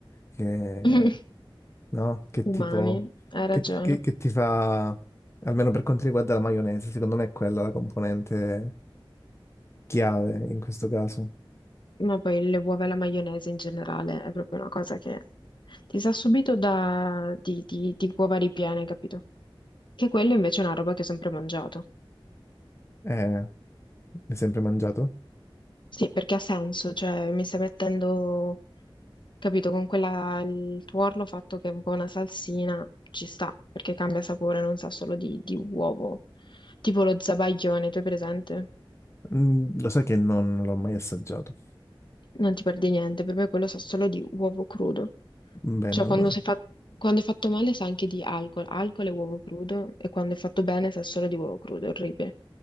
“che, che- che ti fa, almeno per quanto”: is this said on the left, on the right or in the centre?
Left